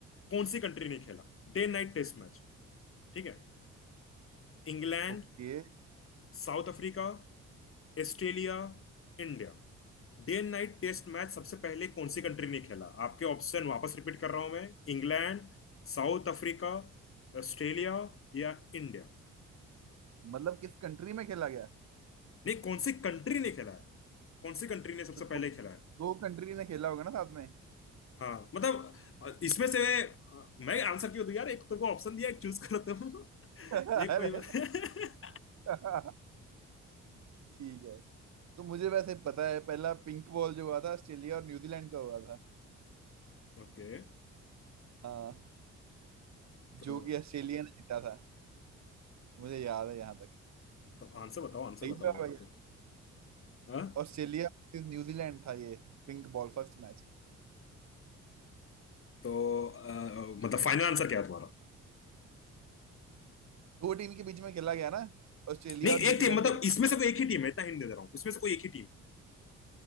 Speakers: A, on the left; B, on the right.
A: कौन सी कंट्री ने खेला डे नाइट टेस्ट मैच ठीक है England
B: ओके
A: South Africa Australia India Day and night test match सबसे पहले कौन सी कंट्री ने खेला आपके ऑप्शन वापस रिपीट कर रहा हूं मैं इंग्लैंड साउथ अफ्रीका ऑस्ट्रेलिया या इंडिया
B: मतलब किस कंट्री में खेला गया
A: नहीं कौन सी कंट्री ने खेला है कौन सी कंट्री ने सबसे
B: तो दो,
A: पहले खेला है
B: दो कंट्री ने खेला होगा ना साथ में
A: हाँ मतलब अ, इसमें से अ, मैं आंसर क्यों दूं यार एक तो को ऑप्शन दिया एक चूज करो तुम <laughs>
B: <laughs> अरे
A: एक कोई बात
B: <laughs> ठीक है तो मुझे वैसे पता है पहला पिंक बॉल जो हुआ था ऑस्ट्रेलिया और न्यूजीलैंड का हुआ था
A: <laughs> ओके
B: हाँ
A: तो
B: जो कि ऑस्ट्रेलिया ने जीता था मुझे याद है यहाँ तक
A: तो आंसर बताओ आंसर
B: सही
A: बताओ
B: जवाब
A: मेरे को
B: है ये।
A: तो हाँ
B: ऑस्ट्रेलिया versus न्यूजीलैंड था ये पिंक बॉल फर्स्ट मैच
A: तो अ, मतलब फाइनल आंसर क्या है तुम्हारा
B: दो टीम के बीच में खेला गया ना ऑस्ट्रेलिया
A: नहीं
B: और न्यूजीलैंड
A: एक टीम मतलब
B: के बीच
A: इसमें से कोई एक ही टीम है इतना हिंट दे दे रहा हूँ इसमें से कोई एक ही टीम